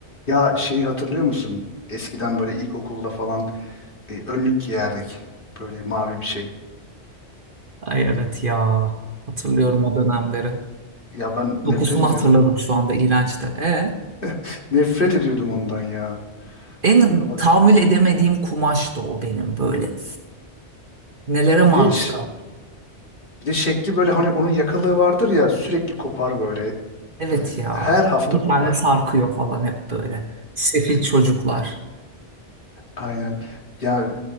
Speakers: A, on the left (about 50°); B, on the right (about 50°).
A: Ya şeyi hatırlıyor musun? Eskiden böyle ilkokulda falan e, önlük giyerdik. Böyle mavi bir şey.
B: Ay evet ya. Hatırlıyorum o dönemleri.
A: Ya ben nefret
B: Dokusunu
A: ediyordum.
B: hatırladım şu anda iğrençti. E,
A: <laughs> Nefret ediyordum ondan ya.
B: en
A: Abi.
B: tahammül edemediğim kumaştı o benim böyle. Nelere
A: Bir
B: maruz
A: de ş-
B: kaldım.
A: bir de şekli böyle hani onun yakalığı vardır ya sürekli kopar böyle.
B: Evet ya.
A: Her hafta
B: Bir
A: kopar.
B: tane sarkıyor falan hep böyle. Sefil çocuklar.
A: Aynen. Ya